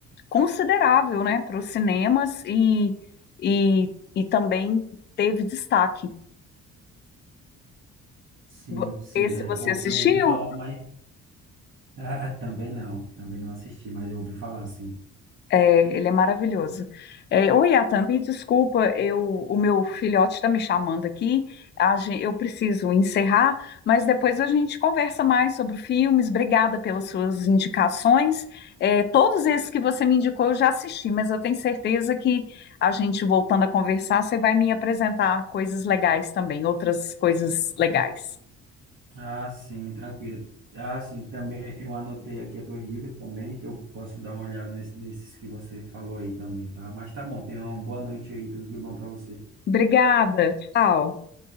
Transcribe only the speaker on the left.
considerável, né, para os cinemas e, e, e também teve destaque.
Vo-
Esse
você
assistiu?
É, ele é maravilhoso. É, oi, Atan, me desculpa, eu, o meu filhote está me chamando aqui. A gen- eu preciso encerrar, mas depois a gente conversa mais sobre filmes. Obrigada pelas suas indicações. É, todos esses que você me indicou eu já assisti, mas eu tenho certeza que a gente voltando a conversar, você vai me apresentar coisas legais também, outras coisas legais.
Obrigada, tchau.